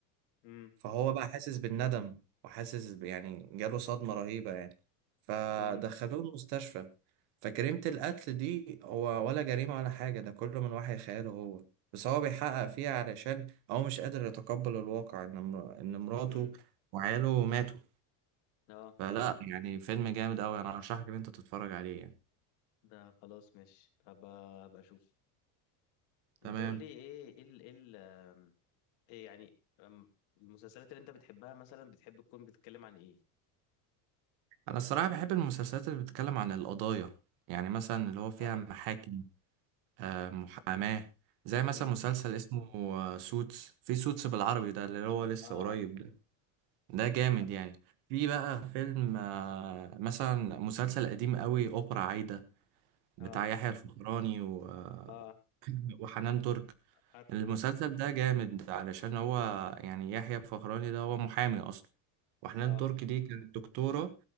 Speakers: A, on the left; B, on the right.
A: مم.
B: فهو بقى حاسس بالندم وحاسس ب- يعني جاله صدمة رهيبة يعني فدخلوه
A: مم.
B: المستشفى فجريمة القتل دي هو ولا جريمة ولا حاجة ده كله من وحي خياله هو بس هو بيحقق فيها علشان هو مش قادر يتقبل الواقع إن مر- إن مراته
A: مم.
B: وعياله ماتوا
A: اه
B: فلا يعني فيلم جامد أوي أنا أرشحك إن أنت تتفرج عليه يعني
A: ده خلاص ماشي هبقى هبقى اشوف
B: تمام
A: انت قول لي ايه ايه ال- ايه ال- آم، ايه يعني آم، المسلسلات اللي انت بتحبها مثلا بتحب تكون بتتكلم عن ايه
B: أنا الصراحة بحب المسلسلات اللي بتتكلم عن القضايا يعني مثلا اللي هو فيها
A: اه
B: محاكم آه، محاماة زي مثلا
A: مم.
B: مسلسل اسمه آه، سوتس في سوتس بالعربي ده اللي هو لسه
A: اه
B: قريب
A: عارف
B: ده ده جامد
A: عارف
B: يعني في بقى فيلم آه، مثلا مسلسل قديم قوي أوبرا عايدة
A: اه
B: بتاع يحيى الفخراني و- آه،
A: اه
B: وحنان ترك
A: عارفه
B: المسلسل
A: ده
B: ده جامد علشان هو يعني يحيى الفخراني ده هو محامي أصلا وحنان
A: اه
B: ترك دي كانت دكتورة